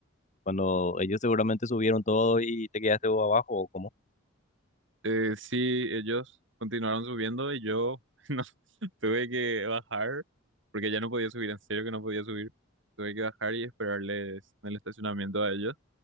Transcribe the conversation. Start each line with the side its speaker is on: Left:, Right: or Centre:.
Left: Cuando ellos seguramente subieron todo y te quedaste vos abajo, ¿o cómo?
Right: Eh, sí, ellos continuaron subiendo y yo <laughs> no tuve que bajar porque ya no podía subir, en serio que no podía subir. Tuve que bajar y esperarles en el estacionamiento a ellos.